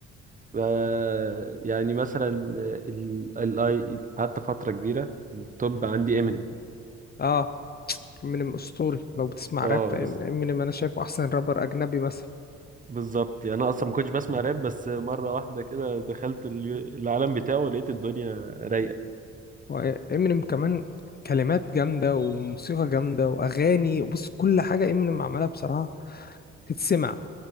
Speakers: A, on the right (about 25°); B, on the left (about 30°).
A: آه، يعني مثلا الاي قعدت فترة كبيرة التوب عندي امينيم
B: اه امينيم اسطوري لو بتسمع
A: اه
B: راب
A: بز-
B: امينيم انا شايفه احسن رابر اجنبي مثلا
A: بالظبط يعني انا اصلا ما كنتش بسمع راب بس مرة واحدة كده دخلت ال- العالم بتاعه ولقيت الدنيا رايقة
B: وامينيم كمان كلمات جامدة وموسيقى جامدة واغاني بص كل حاجة امينيم عملها بصراحة تتسمع